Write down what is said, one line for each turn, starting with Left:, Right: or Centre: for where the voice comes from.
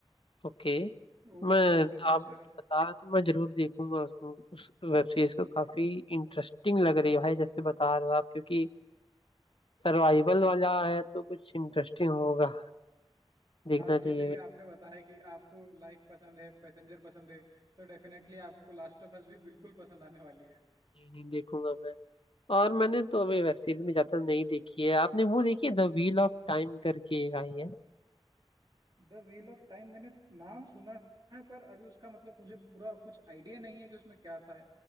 Left: ओके
Right: वो
Left: मैं
Right: कितने
Left: आप
Right: स्ट्रगल से
Left: बता रहे हो तो मैं जरूर देखूंगा उस, उस वेब सीरीज को काफी इंटरेस्टिंग लग रही है भाई जैसे बता रहे हो आप क्योंकि सर्वाइवल वाला है तो कुछ इंटरेस्टिंग होगा देखना
Right: हाँ जैसे
Left: चाहिए
Right: कि आपने बताया कि आपको लाइफ पसंद है पैसेंजर पसंद है तो डेफिनेटली आपको लास्ट ऑफ अस भी बिल्कुल पसंद आने वाली है
Left: नहीं, नहीं देखूंगा मैं और मैंने तो अभी वेब सीरीज में ज्यादा नहीं देखी है आपने वो देखी है द व्हील ऑफ टाइम करके एक आई है
Right: द व्हील ऑफ टाइम मैंने नाम सुना है पर अभी उसका मतलब मुझे पूरा कुछ आइडिया नहीं है कि उसमें क्या था